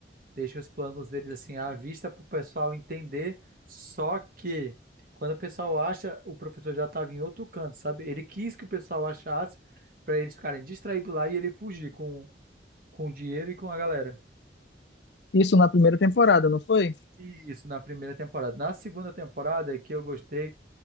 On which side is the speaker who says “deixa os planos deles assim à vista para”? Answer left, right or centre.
Right